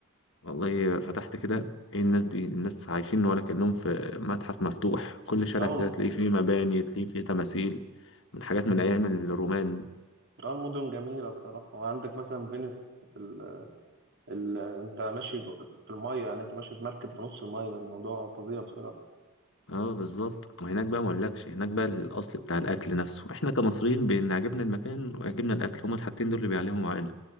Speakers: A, on the left (about 65°); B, on the right (about 55°).
A: والله فتحت كده ايه الناس دي الناس عايشين ولا كانهم في متحف مفتوح كل شارع
B: أو
A: كده تلاقي فيه مباني تلاقي فيه تماثيل من حاجات من ايام الرومان
B: أو المدن جميلة بصراحة وعندك مثلا فينيس ال... ال... أنت ماشي جو- في المية يعني أنت ماشي بمركب في نص المية الموضوع فظيع بصراحة
A: اه بالظبط وهناك بقى ما اقولكش هناك بقى الاصل بتاع الاكل نفسه احنا كمصريين بان عجبنا المكان وعجبنا الاكل هما الحاجتين دول اللي بيعلموا معانا